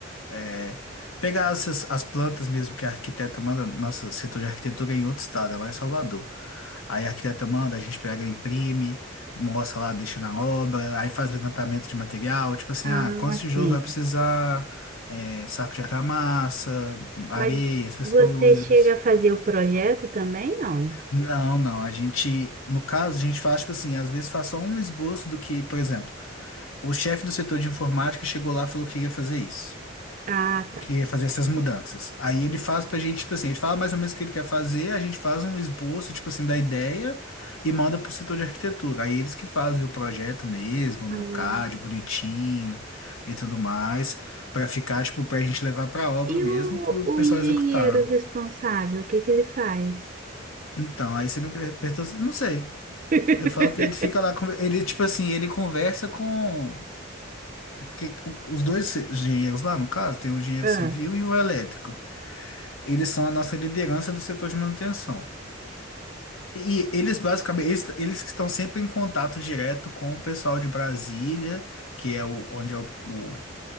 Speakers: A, on the left; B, on the right.
A: é, pegar essas, as plantas mesmo que a arquiteta manda, nossa, setor de arquitetura é em outro estado, é lá em Salvador. Aí a arquiteta manda, a gente pega, imprime, mostra lá, deixa na obra, aí faz levantamento de material, tipo assim,
B: Ah,
A: ah, quantos tijolos
B: sim.
A: vai precisar, é, saco de argamassa, areia,
B: Mas
A: essas
B: você
A: coisas.
B: chega a fazer o projeto também, não?
A: Não, não. A gente, no caso, a gente faz, tipo assim, às vezes faz só um esboço do que, por exemplo, o chefe do setor de informática chegou lá e falou que ia fazer isso,
B: Ah, tá.
A: que ia fazer essas mudanças. Aí ele faz pra gente, tipo assim, ele fala mais ou menos o que ele quer fazer, a gente faz um esboço, tipo assim, da ideia e manda pro setor de arquitetura. Aí eles que fazem o projeto mesmo,
B: Ah.
A: no CAD, bonitinho e tudo mais, pra ficar, tipo, pra gente levar pra obra
B: E
A: mesmo,
B: o,
A: pro
B: o
A: pessoal
B: engenheiro
A: executar.
B: responsável, o que que ele faz?
A: Então, aí você me per- perguntou, não sei.
B: <laughs>
A: Eu falo que ele fica lá, conver- ele, tipo assim, ele conversa com. Porque o- os dois engenheiros lá, no caso, tem o engenheiro
B: Ah,
A: civil e o elétrico. Eles são a nossa liderança do setor de manutenção. E eles, basicamente, eles, eles que estão sempre em contato direto com o pessoal de Brasília, que é o, onde é o, o- Como